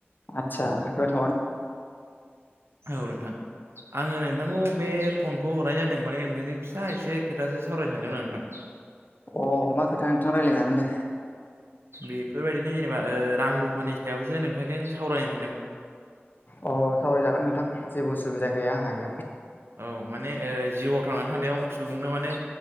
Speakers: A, on the left; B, on the right.
A: आतसा। <unintelligible>
B: औ नोंथां आङो नोंथांखौ बे फनखौ हरनाय जादों माने नोंथांजों फिसा एसे खोथासो सावरायनो सानदोंमोन आं नोंथां।
A: अ मा खोथा नोंथां रायलायजागोन दे।
B: बेफोरबायदिनो जेनेबा ओ रां रुफानि सायावसो नोंथांजों सावराय‌
A: अ सावरायजागोन नोंथां जेबो उसुबिदा गैया आंहा एयाव
B: औ माने ओ जिउआव थांनानै थानायाव सुबुंनो माने